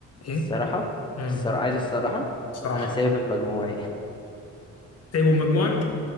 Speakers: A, on the left; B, on the left.
A: ايه
B: الصراحة
A: امم
B: الصراحة عايز الصراحة
A: صراحه
B: أنا سايبها لمجموعي <laughs>
A: سايبه بمجموعك